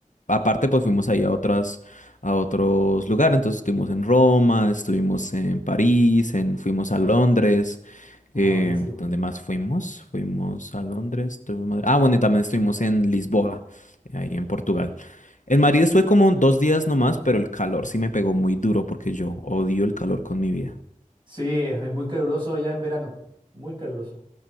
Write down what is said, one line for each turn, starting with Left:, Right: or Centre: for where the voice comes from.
Left: aparte pues fuimos ahí a otras, a otros lugares. Entonces estuvimos en Roma, estuvimos en París, en, fuimos a Londres.
Right: Ah,
Left: Eh,
Right: buenísimo.
Left: ¿dónde más fuimos? Fuimos a Londres. estuvimos en Madrid. Ah, bueno, y también estuvimos en Lisboa ahí en Portugal. En Madrid estuve como dos días nomás, pero el calor sí me pegó muy duro porque yo odio el calor con mi vida.
Right: Sí, es, es muy caluroso allá en verano. Muy caluroso.